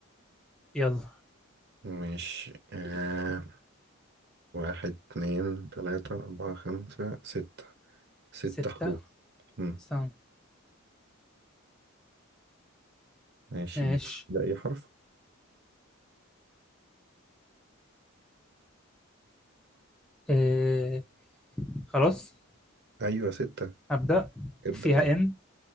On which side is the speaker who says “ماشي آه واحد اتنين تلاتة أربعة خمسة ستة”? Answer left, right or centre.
Right